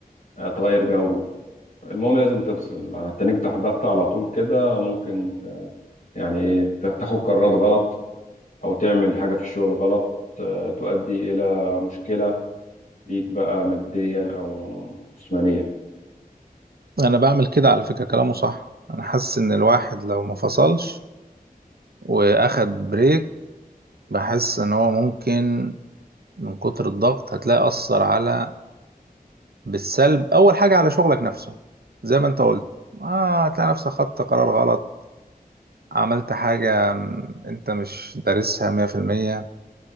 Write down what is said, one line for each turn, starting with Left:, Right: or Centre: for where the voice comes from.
Left: آه، تغير جو المهم لازم تفصل هتنيجي تحت ضغط على طول كده ممكن ت... يعني ايه ت- تاخد قرارات غلط او تعمل حاجة في الشغل غلط آه، تؤدي الى مشكلة ليك بقى ماديا او جسمانيا
Right: انا بعمل كده على فكرة كلامه صح انا حاسس ان الواحد لو ما فصلش واخد بريك بحس ان هو ممكن من كتر الضغط هتلاقي اثر على بالسلب اول حاجه على شغلك نفسه زي ما انت قلت اه هتلاقي نفسك خدت قرار غلط عملت حاجه م، انت مش دارسها 100%